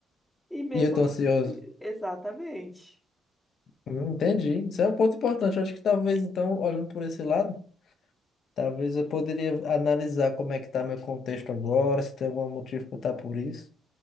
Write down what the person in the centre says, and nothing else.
e mesmo
assim,
exatamente.